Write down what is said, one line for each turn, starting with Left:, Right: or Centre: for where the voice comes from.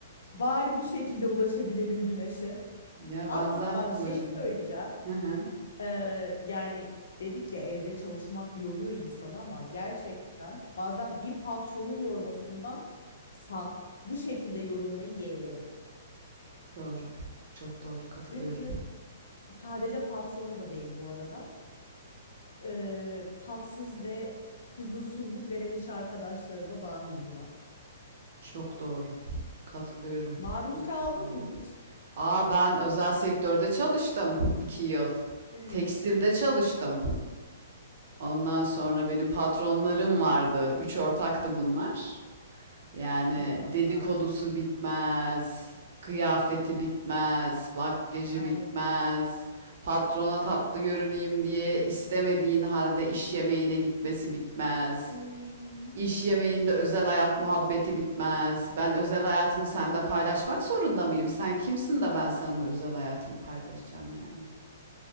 Left: Bari bu şekilde ulaşabilelim güneşe.
Right: Ya,
Left: Ama
Right: ben zaten
Left: bak şey
Right: ulaşamıyorum
Left: söyleyeceğim.
Right: Hı hı.
Left: Ee, yani dedik ya evde çalışmak yoruyor insanı ama gerçekten bazen bir patronun yormasından sa bu şekilde yorulmayı yeğlerim.
Right: Doğru. Çok doğru, katılıyorum.
Left: Çünkü sadece patron da değil bu arada. Ee, tatsız ve huzursuzluk veren iş arkadaşları da dahil buna.
Right: Çok doğru. Katılıyorum.
Left: Maruz
Right: İz
Left: kaldın
Right: yani.
Left: mı hiç?
Right: A, ben özel sektörde çalıştım 2 yıl.
Left: Evet.
Right: Tekstilde çalıştım. Ondan sonra benim patronlarım vardı. üç ortaktı bunlar. Yani
Left: Eyvahlar.
Right: dedikodusu bitmez, kıyafeti bitmez, makyajı
Left: Ay.
Right: bitmez, patrona tatlı görüneyim diye istemediğin halde iş yemeğine gitmesi bitmez.
Left: Hmm.
Right: İş yemeğinde özel hayat muhabbeti bitmez. Ben özel hayatımı seninle paylaşmak zorunda mıyım? Sen kimsin de ben seninle özel hayatımı paylaşacağım yani.